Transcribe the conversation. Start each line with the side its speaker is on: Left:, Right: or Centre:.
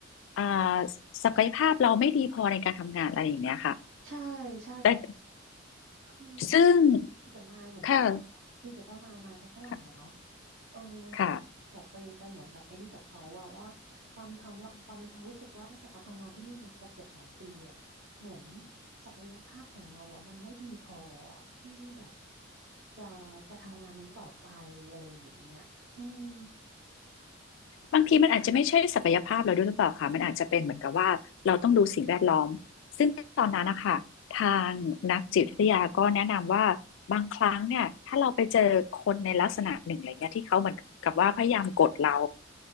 Left: อ่าศักยภาพเราไม่ดีพอในการทำงานอะไรอย่างเงี้ยค่ะ
Right: ใช่ ใช่
Left: แต่
Right: คือปาก็คุยกับนายเหมือนกันเนาะคุยกับเจ้านายนายเขาฝรั่งอะเนาะ
Left: ซึ่งค่ะค่ะ
Right: เออปาก็แบบไปไปเหมือนแบบไอ้นี่กับเขาว่าว่า
Left: ค่ะ
Right: ปามีความละปามีความรู้สึกว่าตั้งแต่ปาทำงานที่นี่มาสักเกือบสองปีอะเหมือนศักยภาพของเราอะมันไม่ดีพออที่แบบจะจะทำงานนี้ต่อไปอะไรอย่างเงี้ยอืม
Left: บางทีมันอาจจะไม่ใช่ศักยภาพเราด้วยหรือเปล่าคะมันอาจจะเป็นเหมือนกับว่าเราต้องดูสิ่งแวดล้อมซึ่งตอนนั้นนะคะทางนักจิตวิทยาก็แนะนำว่าบางครั้งเนี่ยถ้าเราไปเจอคนในลักษณะหนึ่งอะไรเงี้ยที่เขาเหมือนกับว่าพยายามกดเรา